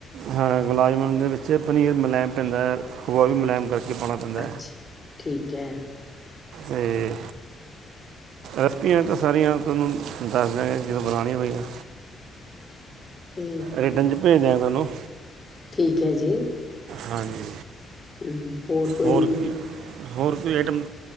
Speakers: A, on the right (about 80°); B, on the left (about 25°).
A: ਹਾਂ ਗੁਲਾਬ ਜਾਮੁਨ ਦੇ ਵਿੱਚ ਪਨੀਰ ਮੁਿਲਾਇਮ ਪੈਂਦਾ ਹੈ ਖੋਆ ਵੀ ਮੁਲਾਇਮ ਕਰਕੇ ਪਾਉਣਾ। ਪੈਂਦਾ
B: ਅੱਛਾ, ਠੀਕ ਹੈ।
A: ਏ, ਰਸਪੀਆਂ ਤਾਂ ਸਾਰੀਆਂ ਤੁਹਾਨੂੰ ਦੱਸ ਦਿਆਂਗੇ ਜਦੋਂ ਬਣਾਉਣੀਆਂ ਹੋਈਆਂ।
B: ਤੇ
A: ਰਿਟਰਨ ਚ ਭੇਜ ਦਿਆਂ ਤੁਹਾਨੂੰ,
B: ਠੀਕ ਹੈ ਜੀ।
A: ਹਾਂਜੀ,
B: ਹਮ ਕੋਈ
A: ਹੋਰ ਕੀ, ਹੋਰ ਕੋਈ ਆਈਟਮ